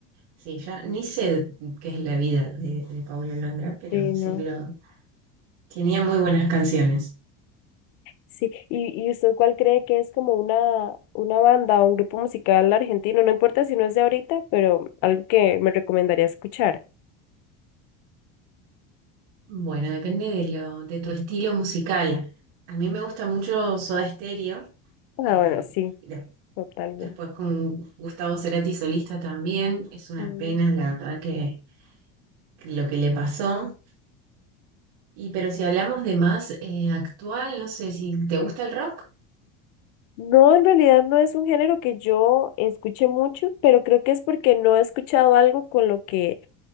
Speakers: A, on the right; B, on the left.
A: Sí, ya ni sé qué es la vida de, de Paulo Londra, pero
B: sí, no.
A: sí lo tenía muy buenas canciones.
B: Sí, ¿Y, y usted cuál cree que es como una, una banda o un grupo musical argentino? No importa si no es de ahorita, pero algo que me recomendaría escuchar.
A: Bueno, depende de lo, de tu estilo musical. A mí me gusta mucho Soda Stereo,
B: Ah,
A: eh,
B: bueno, sí,
A: y des-
B: totalmente.
A: después con Gustavo Cerati solista también. Es una
B: Mm.
A: pena, la verdad, que, que lo que le pasó. Y pero si hablamos de más eh, actual, no sé si te gusta el rock.
B: No, en realidad no es un género que yo escuche mucho, pero creo que es porque no he escuchado algo con lo que,